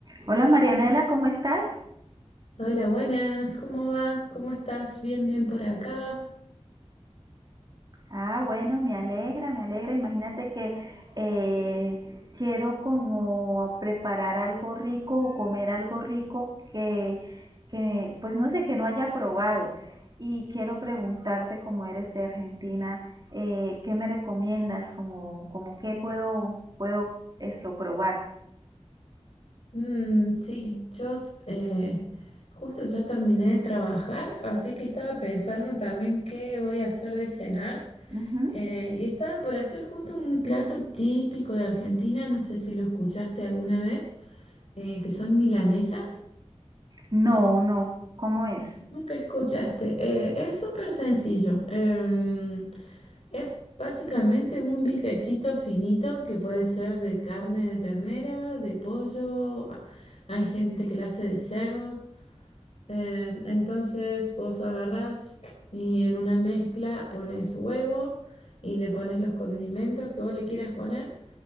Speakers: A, on the right; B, on the left.
A: Hola Marianela, ¿cómo estás?
B: Hola, buenas, ¿cómo va? ¿Cómo estás? Bien, bien por acá.
A: Ah, bueno, me alegra, me alegra. Imagínate que eh, quiero como preparar algo rico o comer algo rico que, que, pues no sé, que no haya probado. Y quiero preguntarte, como eres de Argentina, eh, ¿qué me recomiendas? Como, como qué puedo, puedo esto probar.
B: Mm, sí, yo eh, justo ya terminé de trabajar, así que estaba pensando también qué voy a hacer de cenar.
A: Ujú.
B: Eh, y estaba por hacer justo un plato típico de Argentina, no sé si lo escuchaste alguna vez, eh, que son milanesas.
A: No, no, ¿cómo es?
B: Nunca escuchaste. Eh, es súper sencillo. Em, es básicamente un bifecito finito que puede ser de carne de ternera, de pollo. a- Hay gente que la hace de cerdo. Em, entonces vos agarrás y en una mezcla pones huevo y le pones los condimentos que vos le quieras poner.